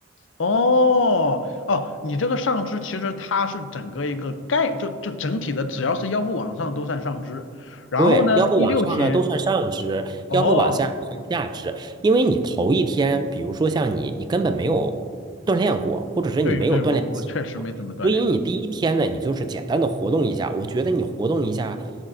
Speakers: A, on the left; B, on the right.
A: 哦，哦，你这个上肢其实它是整个一个概，就就整体的，只要是腰部往上都算上肢。然后呢，
B: 对，要不往上呢都算上肢，
A: 第六天，哦，
B: 要不往下就算下肢，因为你头一天，比如说像你，你根本没有锻炼过，或者是你没有锻炼
A: 对对，我我确实没怎么锻炼，
B: 过，所以你第一天呢，你就是简单的活动一下，我觉得你活动一下